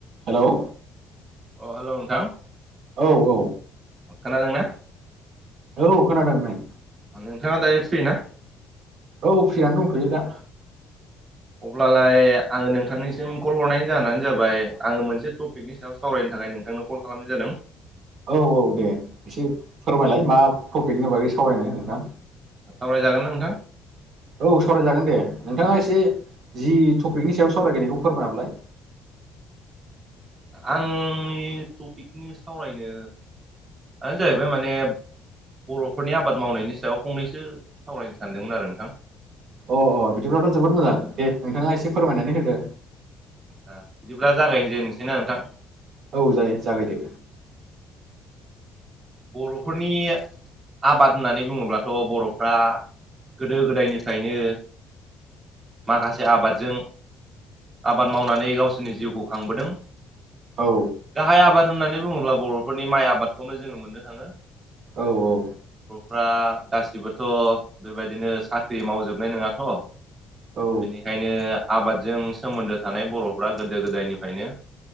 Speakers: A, on the right; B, on the right.
A: हेल'
B: अ हेल' नोंथां
A: औ औ
B: खोनादोंना
A: औ खोनादों नै
B: नोंथाङा दायो फ्रि ना?
A: औ फ्रियानो दंख'यो दा
B: अब्लालाय आङो नोंथांनिसिम कल हरनायनि जाहोनानो जाबाय आङो मोनसे टपिकनि सायाव सावरायनो थाखाय नोंथांनो कल खालामनाय जादों।
A: औ औ दे एसे फोरमायलाय मा टपिकनि बागै सावरायनो नोंथां।
B: सावरायजागोन ना नोंथां
A: औ सावराय जागोन दे। नोंथाङा एसे जि टपिकनि सायाव सावरायनायखौ फोरमाय हरलाय
B: आंनि टपिकनि सावरायनो आ जाहैबाय माने बर'फोरनि आबाद मावनायनि सायाव फंनैसो सावरायनो सानदोंमोन आरो नोंथां
A: अ अ बिदिब्लाथ' जोबोद मोजां दे नोंथाङा एसे फोरमायनानै होदो।
B: बिदिब्ला जागायनो जेननो सैना नोंथां।
A: औ जागाय जागाय दे
B: बर'फोरनि आबाद होननानै बुङोब्लाथ' बर'फ्रा गोदो गोदायनिफ्रायनो माखासे आबादजों आबाद मावनानै गावसोरनि जिउखौ खांबोदों
A: औ
B: गाहाय आबाद होननानै बुङोब्ला बर'फोरनि माइ आबादखौनो जोङो मोननो थाङो
A: औ औ
B: अब्ला गासिबोथ' बेबायदिनो साख्रि मावजोबनाय नङाथ'
A: औ
B: बेनिखायनो आबादजों सोमोन्दो थानाय बर'फ्रा गोदो गोदायनिफ्रायनो